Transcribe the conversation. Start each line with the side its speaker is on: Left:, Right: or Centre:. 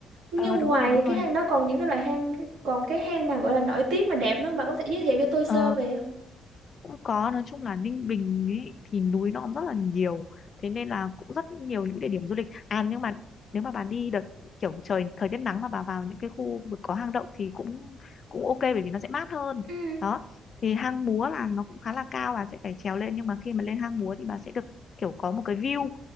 Right: nhưng
Left: ờ đúng
Right: ngoài
Left: rồi đúng rồi
Right: cái hang đó còn những cái loại hang còn cái hang nào gọi là nổi tiếng mà đẹp nữa không? bạn có thể giới thiệu cho tôi sơ
Left: ờ
Right: về không?
Left: cũng có nói chung là Ninh Bình ấy thì núi nó cũng rất là nhiều thế nên là cũng rất nhiều những địa điểm du lịch à nhưng mà nếu mà bà đi đợt kiểu trời thời tiết nắng mà bà vào những cái khu vực có hang động thì cũng cũng ok bởi vì nó sẽ mát hơn
Right: Ừ.
Left: đó thì hang múa là nó cũng khá là cao bà sẽ phải trèo lên nhưng mà khi mà lên hang múa thì bà sẽ được kiểu có một cái view